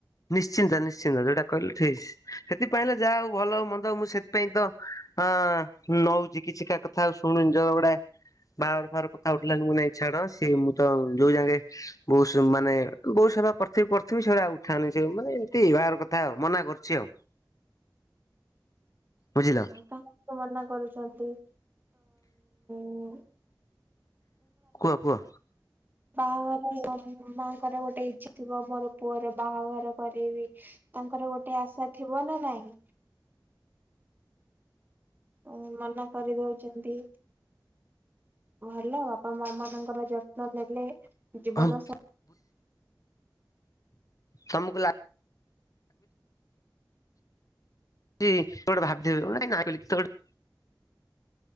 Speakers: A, on the left; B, on the right.
A: ନିଶ୍ଚିନ୍ତ ନିଶ୍ଚିନ୍ତ ଯୋଉଟା କହିଲେ ଫିସ୍। ସେଥିପାଇଁ ତ ଯାହା ହଉ ଭଲ ମନ୍ଦ ମୁଁ ସେଥିପାଇଁ ତ ଅ ନଉଚି କିଛି କା କଥା। ଆଉ ଶୁଣୁଚ ଗୁଡାଏ ବାହାଘର ଫାଗର କଥା ଉଠିଲାଣି ମୁଁ କହିଲି ନାଇଁ ଛାଡ଼ ସେ ମୁଁତ ଜଉଜାକେ <unintelligible> ବହୁ ମାନେ ବଉ ସେବା କରିଥିବି କରିଥିବିପ ସେଇଭଳିଆ ଆଉ। ମାନେ ଏମତି ବାହାଘର କଥା ଆଉ ମନା କରୁଚି ଆଉ ବୁଝିଲ।
B: କାହିଁକିମନା କରୁଛନ୍ତି। ହୁଁ।
A: କୁହ କୁହ।
B: ବାହାଘର ମାଙ୍କର ଗୋଟେ ଇଚ୍ଛା ଥିବ ମୋର ପୁଅର ବାହାଘର କରେଇବି। ତାଙ୍କର ଗୋଟେ ଆଶା ଥିବ ନା ନାଇଁ। ଆଉ ମନା କରିଦଉଛନ୍ତି। ଓ ହ୍ୟାଲୋ ଆପଣ ମା ମାନଙ୍କର ଯତ୍ନ ନେଲେ। ଜୀବନ
A: ହଁ
B: ସାଥି
A: ତମକୁ ଲାଗ <inaudible> <inaudible> ଟେ ଭାବିି ଭାବି ଗୋଟେ <unintelligible>